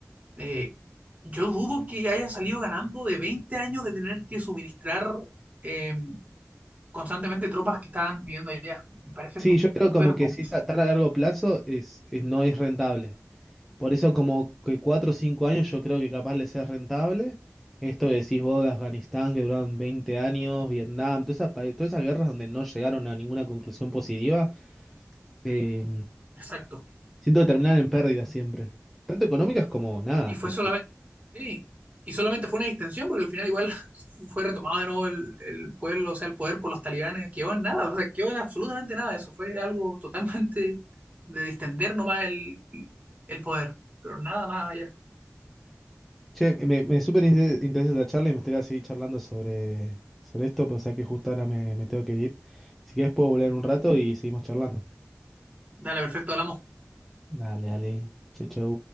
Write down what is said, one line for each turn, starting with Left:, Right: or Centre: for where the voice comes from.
Right: Eh, yo dudo que haya salido ganando de 20 años de tener que suministrar eh, constantemente tropas que estaban viviendo allá. Me me parece
Centre: Sí, yo creo
Right: súper
Centre: como que
Right: complicado.
Centre: si es a tan a largo plazo, es, es- no es rentable. Por eso como que cuatro o cinco años yo creo que capaz les es rentable. Esto que decís vos de Afganistán, que duraron 20 años, Vietnam, todas esas, pa- todas esas guerras donde no llegaron a ninguna conclusión positiva, eh,
Right: Exacto.
Centre: siento que terminan en pérdidas siempre. Tanto económicas como nada.
Right: Y fue
Centre: te-
Right: solamente,
Centre: te-
Right: sí, y solamente fue una distensión porque al final igual <laughs> fue retomado de nuevo el, el pueblo, o sea, el poder por los talibanes, quedó en nada, o sea, quedó en absolutamente nada, eso fue algo totalmente de distender nomás el, el poder, pero nada más allá.
Centre: Che, me, me súper inte- interesa esta charla y me gustaría seguir charlando sobre, sobre esto, pero sé que justo ahora me, me tengo que ir. Si querés puedo volver un rato y seguimos charlando.
Right: Dale, perfecto, hablamos.
Centre: Dale, dale. Chau, chau.